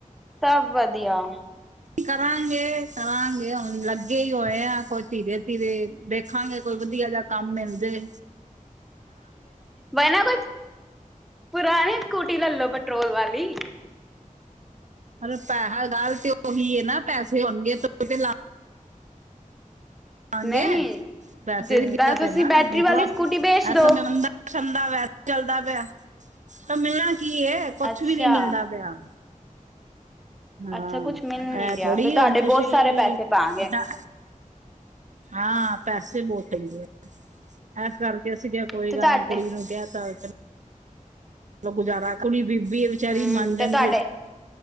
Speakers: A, in the centre; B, on the right.
A: ਸਭ ਵਧੀਆ।
B: ਕਰਾਂਗੇ- ਕਰਾਂਗੇ ਹੁਣ ਲੱਗੇ ਈ ਹੋਏ ਆਂ, ਕੋਈ ਧੀਰੇ ਧੀਰੇ ਦੇਖਾਂਗੇ ਕੋਈ ਵਧੀਆ ਜਾ ਕੰਮ ਮਿਲਜੇ।
A: <inaudible> ਵੇਨ ਐਵਰ - ਪੁਰਾਣੀ ਸਕੂਟੀ ਲੈਲੋ ਪੈਟਰੋਲ ਵਾਲੀ।
B: ਅਰੇ ਪੈਹਾ ਗੱਲ ਤੇ ਓਹੀ ਏ ਨਾ ਪੈਸੇ ਹੋਣਗੇ ਤੋੋਈ ਤੇ ਲ ਵਾਂਗੇ,
A: ਨਹੀਂ
B: ਪੈਸੇ
A: ਜਿੱਦਾਂ
B: ਦੀ ਦਿੱਕਤ
A: ਤੁਸੀਂ
B: ਏ ਨਾ,
A: ਬੈਟਰੀ
B: ਹੁਣ
A: ਵਾਲੀ
B: ਥੋੜਾ
A: ਸਕੂਟੀ ਵੇਚ
B: ਐ
A: ਦੋ
B: ਸਮੇਂ ਮੰਦਾ ਸੰਦਾ ਵੈਸੇ ਚੱਲਦਾ ਪਿਆ, ਤਾਂ ਮਿਲਣਾ ਕੀ ਏ ਕੁਛ
A: ਅੱਛਾ
B: ਵੀ ਨੀ ਮਿਲਦਾ ਪਿਆ। ਹਾਂ
A: ਅੱਛਾ ਕੁੱਛ ਮਿਲ ਨੀ
B: ਐ
A: ਰਿਆ,
B: ਥੋੜੀ
A: ਫਿਰ ਤਾਡੇ
B: ਹੁਣ ਤੁਸੀਂ
A: ਬੋਤ ਸਾਰੇ ਪੈਸੇ ਪਾਂਗੇ।
B: ਦਾ- ਹਾਂ ਪੈਸੇ ਬੋਤ ਪੈਂਦੇ। ਐਸ ਕਰਕੇ ਅਸੀਂ ਕਿਆ ਕੋਈ
A: ਤੇ
B: ਗੱਲ
A: ਤੁਹਾਡੇ
B: ਨੀ ਕੁੜੀ ਨੂੰ ਕੈ ਤਾ ਵੇ। ਗੁੁਜਾਰਾ ਕਰ ਕੁੜੀ ਬੀਬੀ ਏ ਵਿਚਾਰੀ
A: ਹਮ
B: ਮੰਨ ਜਾਂਦੀ
A: ਤੇ ਤੁਹਾਡੇ